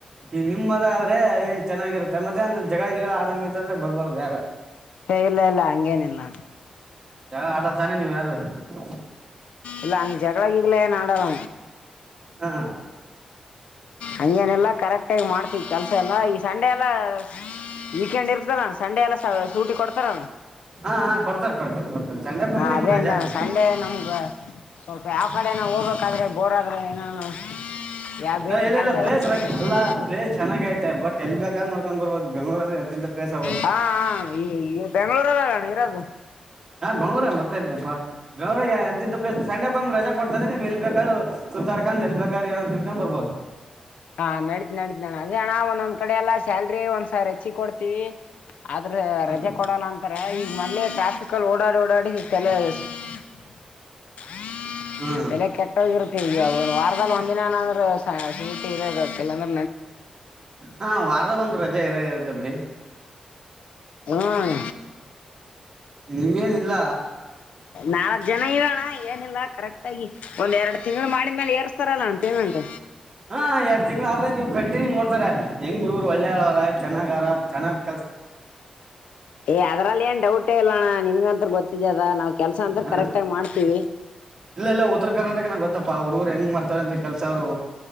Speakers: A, on the right (about 25°); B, on the left (about 85°).
A: ಈ ನಿಮ್ ಮದ ಆದ್ರೆ ಏನ್ ಚೆನ್ನಾಗಿರುತ್ತೆ ಮಧ್ಯಾಹ್ನ ಜಗಳಗಿಳಾ ಆಡಂಗಿತ್ತ ಆದ್ರೆ ಬರ್ಬಾರ್ದ ಯಾರು
B: ಏ ಇಲ್ಲ ಇಲ್ಲ ಹಂಗೇನಿಲ್ಲ
A: ಜಗಳ ಆಡಲ ತಾನೆ ನೀವ್ ಯಾರು ಹ
B: ಇಲ್ಲ ಹಂಗ್ ಜಗಳ ಗಿಗಳ ಆಡಲ್ಲ
A: ಹಾ
B: ಹಂಗೆನ ಎಲ್ಲಾ ಕರೆಕ್ಟ ಆಗಿ ಮಾಡ್ತೀವಿ ಕೆಲ್ಸ ಎಲ್ಲಾ ಸಂಡೇ ಎಲ್ಲ <inaudible> ವೀಕೆಂಡ್ ಸಂಡೆ ಎಲ್ಲ ಸೂಟಿ ಕೊಡ್ತಾರ
A: ಹಾ ಹಾ ಕೊಡ್ತಾರೆ ಕೊಡ್ತಾರೆ ಕೊಡ್ತಾರೆ ಸಂಡೆಕೊಮ್ಮೆ
B: ಹ
A: ನಿಮ್ಗೆ
B: ಅದೇ
A: ರಜಾನೆ
B: ಅಂದೆ ಸಂಡೆ ನಮ ಸ್ವಲ್ಪ ಯಾವ ಕಡೆ ಹೋಗ್ಬೇಕಾದ್ರೆ ಬೋರ್ ಆದ್ರ ನ ಯಾವ ಬೇರೆ
A: ಏ ಇಲ್ಲ
B: ಕೆಲ್ಸ
A: ಇಲ್ಲ ಪ್ಲೇಸ್
B: ಇರ್ಲಿ
A: ಅಲ್ಲ ಪ್ಲೆಸ ಚೆನ್ನಾಗ ಐತೆ ಬಟ್ ಎಲ್ಲಿ ಬೇಕಾದ್ರ ನೋಡ್ಕೊಂಡ್ ಬರ್ಬೋದು ಬೆಂಗ್ಳೂರ್ <unintelligible>
B: ಹಾ ಹಾ ಈ ಬೆಂಗ್ಗಳೂರಲ್ಲಣ ಇರೋದು
A: ಹಾ ಬೆಂಗಳೂರು ಮತ್ತೆ ಇಲ್ರಿ ಬೆಂಗಳೂರು ಎಂತಂತ ಪ್ಲೇಸ್ ಸಂಡೆ ಹೋಗ್ ರಜಾ ಕೊಡ್ತದೆ ನೀವ್ ಎಲ್ ಬೇಕಾದು ಸುತ್ತಾಡ್ಕೊಂಡ್ ಎಲ್ಬೇಕಾದ್ರ ಏಂತ ತಿನ್ಕೊಂಡ್ ಬರ್ಬೋದು
B: ಹಾ ನಡತತಿ ನಡತತಿ ನ ಅದೇಣ್ಣ ಒಂದೊಂದ್ ಕಡೆ ಎಲ್ಲ ಸ್ಯಾಲ್ರಿ ಒಂದ್ಸ ರಚಿ ಕೊಡ್ ಆದ್ರ
A: ಹ್ಮ್
B: ರಜೆ ಕೊಡಲ್ಲ ಅಂತಾರೆ ಮೆ ಟ್ರಾಫಿಕ್ ಅಲ್ಲಿ ಓಡಾಡಿ ಓಡಾಡಿ ನೆ <unintelligible>
A: ಹ್ಮ್
B: ತಲೆ ಕೆಟ್ಟೋಗಿರತ್ತೆ ವಾರದಲ್ಲಿ ಒಂದಿನಏನಂದ್ರೆಂದ್ರೆ <unintelligible>
A: ಹ ವಾರದ ಬಂದ್ಬೇಕು ರಜೆ ಇರ ಇರುತ್ತ ಬಿಡಿ
B: ಹ್ಮ್
A: ಹಂಗೇನಿಲ್ಲ
B: ನಾಲ್ಕ್ ಜನ ಇರೋಣ ಏನಿಲ್ಲ ಕರೆಕ್ಟ್ ಒಂದ್ ಎರಡು ತಿಂಗಳು ಮಾಡಿದ್ಮೇಲೆ ಏರ್ಸ್ತಾರಲ್ಲ ಅಣ್ಣ ಪೇಮೆಂಟ್.
A: ಹಾ ಎರಡ್ ತಿಂಗಳು ಆದ್ರೆ ನೀವು ಕಂಟಿನ್ಯೂ ನೋಡ್ತಾರೆ ಹೆಂಗ್ ಹುಡ್ಗರು ಒಳ್ಳೇರರ ಚೆನ್ನಾಗರ ಚನ್ನಾಗ್
B: ಏ ಅದ್ರಲ್ಲಿ ಏನ್ ಡೌಟೇ ಇಲ್ಲಣ್ಣ ನಿನ್ಗಂತ ಗೊತ್ತಿದ್ದದ ನಾವ್ ಕೆಲ್ಸ ಅಂದ್ರ
A: ಹಾ
B: ಕರೆಕ್ಟಾಗಿ ಮಾಡ್ತೀವಿ
A: ಇಲ್ಲ ಇಲ್ಲ ಉತ್ತರ ಕರ್ನಾಟಕನಾಗ ಗೊತ್ತಪ್ಪ ಹುಡುಗರು ಹೆಂಗ್ ಮಾಡ್ತಾರ ಅಂತ ಕೆಲ್ಸ ಅವ್ರು